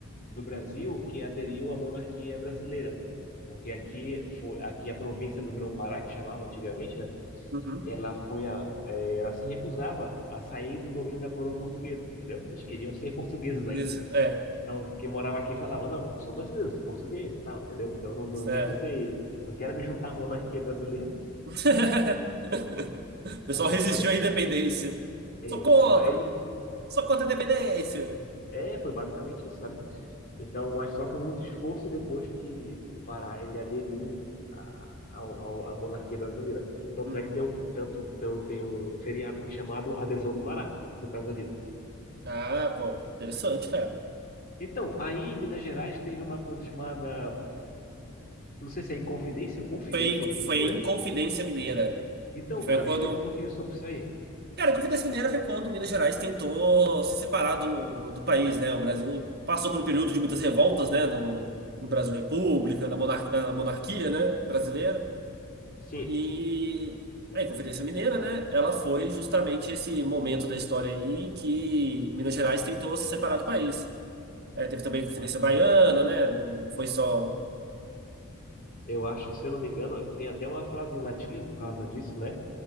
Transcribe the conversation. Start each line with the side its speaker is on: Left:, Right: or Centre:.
Left: do Brasil que aderiu à monarquia brasileira, porque aqui foi aqui a província do Grão-Pará que chamava antigamente, né?
Right: Uhum.
Left: Ela foi a, é, ela se recusava a sair do domínio da coroa portuguesa, entendeu? Eles queriam ser portugueses ainda.
Right: Isso, é.
Left: Então quem morava aqui falava não, eu sou brasileiro, sou português e tal, entendeu? Então eu não, não
Right: É.
Left: quero ser, não quero me juntar à monarquia brasileira.
Right: <laughs> O pessoal
Left: Aí foi
Right: resistiu
Left: só depois
Right: à independência.
Left: de, é,
Right: Sou contra!
Left: só é isso.
Right: Sou contra a independência!
Left: É, foi basicamente isso, sabe? Então, mas só que muito esforço depois que o Pará ele aderiu à, ao- ao- à monarquia brasileira. Tanto
Right: Uhum.
Left: é que tem um, tanto, tão- tem um feriado aqui chamado Adesão do Pará, por causa disso.
Right: Ah, pô, interessante, cara.
Left: Então, aí em Minas Gerais teve uma coisa chamada, não sei se é Inconfidência ou Confidência
Right: Foi, em-
Left: Mineira.
Right: foi em Confidência Mineira.
Left: Então,
Right: Que foi
Left: cara, me
Right: quando.
Left: explica um pouquinho sobre isso aí.
Right: Cara, a Confidência Mineira foi quando Minas Gerais tentou se separar do, do país, né? O Brasil passou por um período de muitas revoltas, né? No, no Brasil República, na, monar, na monarquia, né? Brasileira.
Left: Sim.
Right: E a Inconfidência Mineira, né? Ela foi justamente esse momento da história aí em que Minas Gerais tentou se separar do país. É, teve também a Inconfidência
Left: Aham.
Right: Baiana, né? Não, não foi só.
Left: Eu acho, se eu não me engano, tem até uma frase em latim por causa disso, né?